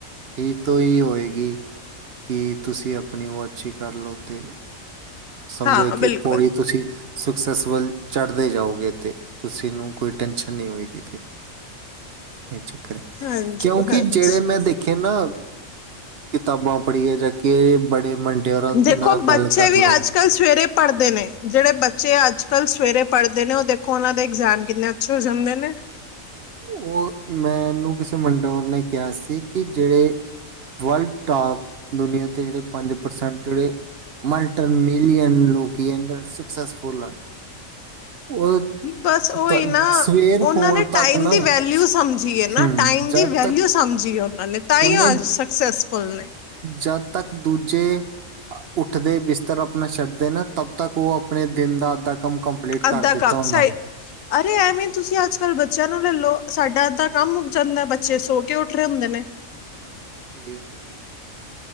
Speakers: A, on the right; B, on the left.
A: ਹੀ ਤੋਂ ਹੀ ਹੋਏਗੀ। ਕਿ ਤੁਸੀਂ ਅਪਨੀ ਉਹ ਅੱਛੀ ਕਰਲਓ ਤੇ ਸਮਝੋ
B: ਹਾਂ
A: ਇੱਕ
B: ਬਿਲਕੁਲ
A: ਇੱਕ ਪੌੜੀ ਤੁਸੀਂ ਸਕਸੈਸ ਵੱਲ ਚੜ੍ਹਦੇ ਜਾਓਗੇ ਤੇ ਤੁਸੀਂ ਨੂੰ ਕੋਈ ਟੈਨਸ਼ਨ ਨਹੀਂ ਹੋਏਗੀ ਫਿਰ। ਇਹ ਚੱਕਰ ਹੈ
B: ਹਾਂਜੀ
A: ਕਿਉਂਕਿ
B: ਹਾਂਜੀ
A: ਜਿਹੜੇ ਮੈਂ ਦੇਖੇ ਨਾ ਕਿਤਾਬਾਂ ਪੜ੍ਹੀਏ ਜਾ ਕੇ ਬੜੇ ਮੰਡੇਆਰਾਂ ਨਾਲ
B: ਦੇਖੋ ਬੱਚੇ
A: ਗੱਲ ਕਰ
B: ਵੀ
A: ਲੋ।
B: ਅੱਜ ਕੱਲ੍ਹ ਸਵੇਰੇ ਪੜ੍ਹਦੇ ਨੇ ਜੇਹੜੇ ਬੱਚੇ ਅੱਜ ਕੱਲ੍ਹ ਸਵੇਰੇ ਪੜ੍ਹਦੇ ਨੇ ਉਹ ਦੇਖੋ ਉਹਨਾਂ ਦੇ ਇਗਜ਼ਾਮ ਕਿੰਨੇ ਅੱਛੇ ਹੋ ਜਾਂਦੇ ਨੇ।
A: ਉਹ ਮੈਨੂੰ ਕਿਸੇ ਮੰਡੋਰ ਨੇ ਕਿਹਾ ਸੀ ਕਿ ਜਿਹੜੇ ਵਰਲਡ ਟਾਪ ਦੁਨੀਆਂ 'ਤੇ ਜਿਹੜੇ ਪੰਜ ਪਰਸੈਂਟ ਜਿਹੜੇ ਮਲਟਰ ਮਿਲੀਅਨ ਲੋਕੀਐਡਰ ਸਕਸਫੁੱਲ ਆ ਉਹ
B: ਬਸ ਉਹੀ
A: ਤ
B: ਨਾ
A: ਸਵੇਰ
B: ਉਹਨਾਂ
A: ਹੋਣ
B: ਨੇ
A: ਤੱਕ। ਨਾ
B: ਟਾਈਮ ਦੀ ਵੈਲਿਊ ਸਮਝੀ
A: ਹਮ,
B: ਏਨਾ ਟਾਈਮ
A: ਜਦ
B: ਦੀ ਵੈਲਿਊ
A: ਤੱਕ
B: ਸਮਝੀ ਏ ਉਹਨਾਂ ਨੇ ਤਾਂਹੀ
A: ਕਹਿੰਦੇ
B: ੳ ਅੱਜ ਸਕ ਸੈਸਫੁੱਲ ਨੇ।
A: ਜਦ ਤੱਕ ਦੂਜੇ ਅ, ਉੱਠਦੇ ਬਿਸਤਰ ਅਪਨਾ ਛੱਡਦੇ ਨਾ ਤਬ ਤੱਕ ਉਹ ਅਪਣੇ ਦਿਨ ਦਾ ਅਧਾ ਕੰਮ ਕੰ ਮਪਲੀਟ ਕਰ
B: ਅੱਧਾ
A: ਦਿੱਤਾ
B: ਕੰਮ
A: ਉਹਨਾਂ
B: ਸਾਈ
A: ਨੇ <unintelligible>
B: ਅਰੇ ਐਵੇਂ ਤੁਸੀਂ ਅੱਜ ਕੱਲ੍ਹ ਬੱਚਿਆਂ ਨੂੰ ਲੈ ਲਓ ਸਾਡਾ ਅੱਧਾ ਕੰਮ ਮੁੱਕ ਜਾਂਦਾ ਬੱਚੇ ਸੋ ਕੇ ਉੱਠ ਰਹੇ ਹੁੰਦੇ ਨੇ।
A: ਹਾਂਜੀ ਈਓ ਚੱਕਰ ਐ।